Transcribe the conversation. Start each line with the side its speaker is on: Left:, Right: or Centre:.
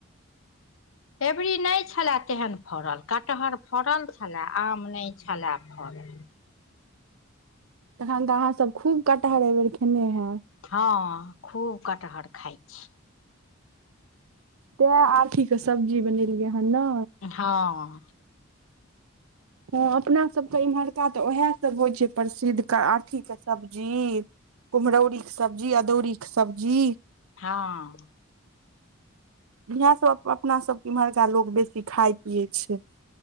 Left: अबरी नइ छलए तेहन फड़ल कटहर फड़ल छलै आम नइ छलै फड़ल
Right: तखन तऽ अहाँ सब खूब कटहर एहिबेर खेने हैब
Left: हँ खूब कटहर खाइ छी
Right: तैं आठी के सब्जी बनेलियै हन ने
Left: हँ
Right: हँ अपना सबके इम्हरका तऽ उएह सब होइ छै प्रसिद्ध आठीे सब्जी कुमरौरी क सब्जी अदौरी कऽ सब्जी
Left: हँ
Right: इएह सब अपना सबके इम्हरका लोक बेसी खाय पियै छै